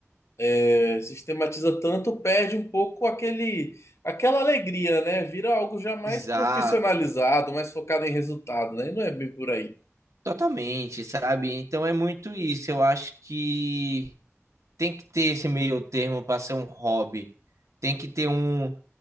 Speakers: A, on the left (about 60°); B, on the right (about 85°).
A: é, sistematiza tanto, perde um pouco aquele, aquela alegria, né? Vira algo já mais
B: Exato,
A: profissionalizado, mais focado em resultado, né? Não é bem por aí.
B: totalmente, sabe? Então é muito isso. Eu acho que tem que ter esse meio termo para ser um hobby. Tem que ter um.